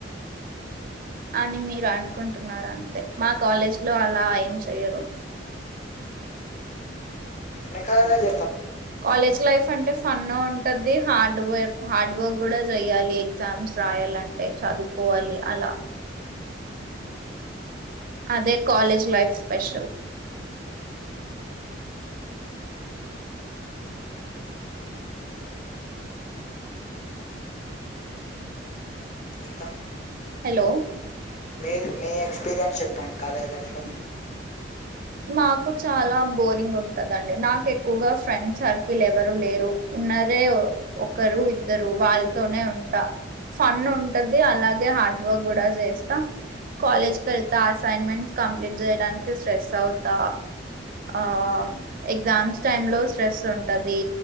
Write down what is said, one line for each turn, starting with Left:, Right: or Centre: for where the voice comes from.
Right: అని మీరు అనుకుంటునారు అంతే మా కాలేజ్ లో అలా ఏం చెయ్యరు
Left: నెకాల జ
Right: కాలజ్ లైఫ్ అంటే ఫన్నూ ఉంటది హార్డ్ వర్క్ హార్డ్ వర్క్ కూడా చెయాలి ఎగ్జామ్స్ రాయాలంటే చదువుకోవాలి అల అదే కాాలేజ్ లైఫ్ స్పెషల్
Left: ఇంకా
Right: హలో
Left: మీరు మీ ఎక్స్పీరియన్స్ చెప్పండి కాలేజ్ లైఫ్ లో
Right: మాకు చాలా బోరింగ్ ఉంటదండి నాకు ఎక్కుగా ఫ్రెండ్ సర్కిల్ ఎవరు లేరు ఉన్నరే ఒకరు ఇద్దరు వాళ్ళతోనే ఉంట ఫన్ ఉంటది అలాగే హార్డ్ వర్క్ కూడా చేస్త కాలేజ్ క వెళ్తా అసైన్మెంట్స్ కంప్లీట్ చేయడానికి స్ట్రెస్ అవ్ త ఆ ఎగ్జామ్స్ టైమ్ లో స్ట్రెస్ ఉంటది